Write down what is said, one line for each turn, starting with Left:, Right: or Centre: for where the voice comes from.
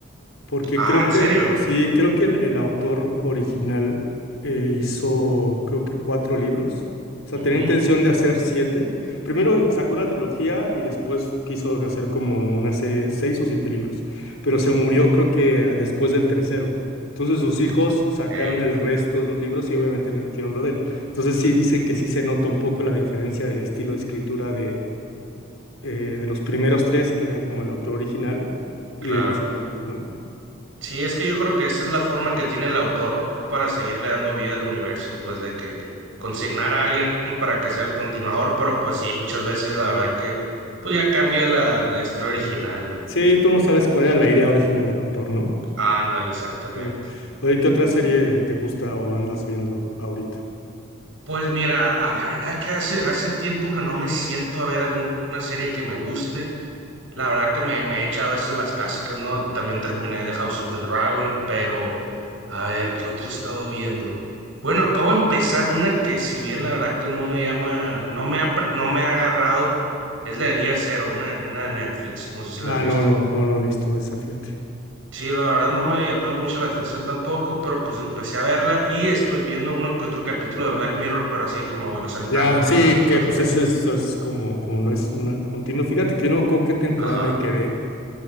Left: Porque
Right: Ah,
Left: creo
Right: ¿en
Left: que,
Right: serio?
Left: sí, creo que el, el autor original eh, hizo, creo que cuatro libros. O sea,
Right: Ujú,
Left: tenía intención de hacer siete. Primero sacó una trilogía y después quiso hacer como una serie de seis o siete libros. Pero se murió, creo que ah, después del tercero. Entonces sus hijos sacaron
Right: ok,
Left: el resto de los libros y obviamente le metieron lo de él. Entonces sí dicen que sí se nota un poco la diferencia del estilo de escritura eh, de los primeros tres, que eran como el autor original,
Right: claro.
Left: y de los siguientes, ¿no?
Right: Sí, es que yo creo que esa es la forma que tiene el autor para seguirle dando vida al universo, pues de que consignar a alguien para que sea el continuador, pero pues sí, muchas veces la verdad que pues ya cambia la, la historia original, ¿no?
Left: Sí, tú no sabes cuál era la idea original del autor, ¿no?
Right: Ándale, exactamente.
Left: Sí. Oye, ¿qué otra serie te gusta o andas viendo ahorita?
Right: Pues mira, a la verdad que hace, hace tiempo que no me siento a ver alguna serie que me guste. La verdad que me, me he echado esas las clásicas, ¿no? También terminé The House of the Dragon, pero a ver, ¿qué otra he estado viendo? Bueno, acabo de empezar una que si bien la verdad que no me llama, no me ha, pre- no me ha agarrado, es la de Día Cero, una, una de Netflix, no sé si la
Left: Ah,
Right: has visto.
Left: no, no, no, no he visto esa, fíjate.
Right: Sí, la verdad no me llamaba mucho la atención tampoco, pero pues empecé a verla y estoy viendo uno que otro capítulo de Black Mirror, pero así de que me voy saltando
Left: Ya, sí,
Right: capítulos
Left: que pues
Right: de
Left: eso
Right: así.
Left: es, eso es como, como no es una continua. Fíjate que yo no con qué temporada
Right: Ajá,
Left: me quedé,